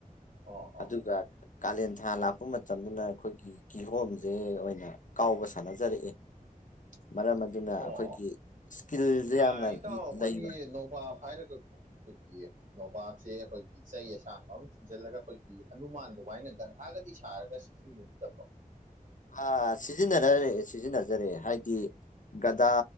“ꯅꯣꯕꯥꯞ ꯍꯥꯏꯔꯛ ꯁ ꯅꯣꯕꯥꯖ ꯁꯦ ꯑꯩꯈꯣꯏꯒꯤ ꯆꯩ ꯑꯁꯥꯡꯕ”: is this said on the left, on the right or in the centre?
Right